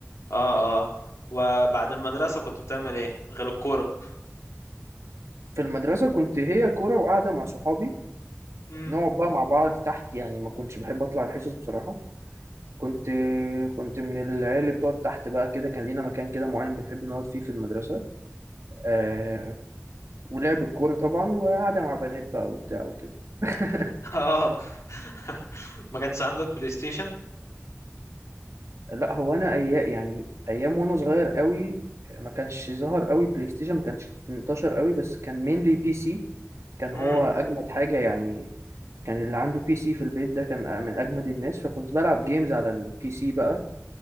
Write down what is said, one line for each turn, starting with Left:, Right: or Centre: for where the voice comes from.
Left: اه اه وبعد المدرسة كنت بتعمل ايه غير الكورة
Right: في المدرسه كنت هي كوره وقاعده مع صحابي
Left: امم
Right: نقعد بقى مع بعض تحت يعني ما كنتش بحب اطلع الحصص بصراحه كنت كنت من العيال اللي بتقعد تحت بقى كده كان لينا مكان كده معين بنحب نقعد فيه في المدرسه آه... ولعب الكوره طبعا وقاعده مع بنات بقى وبتاع وكده <laughs>
Left: اه <laughs> ما كانش عندك بلاي ستيشن
Right: لا هو انا ايام يعني ايام وانا صغير قوي ما كانش ظهر قوي بلاي ستيشن ما كانش انتشر قوي بس كان مينلي بي سي كان
Left: امم
Right: هو اجمد حاجه يعني كان اللي عنده بي سي في البيت ده كان من اجمد الناس فكنت بلعب جيمز على البي سي بقى